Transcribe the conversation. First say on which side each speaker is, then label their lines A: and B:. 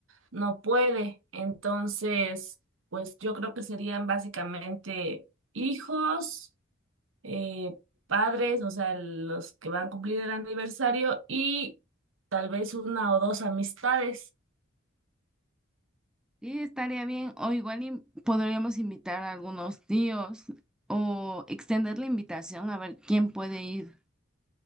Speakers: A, on the right; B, in the centre.
A: no puede. Entonces, pues yo creo que serían básicamente hijos, eh, padres, o sea, los que van a cumplir el aniversario y tal vez una o dos amistades.
B: Sí, estaría bien, o igual y podríamos invitar a algunos tíos o extender la invitación a ver quién puede ir.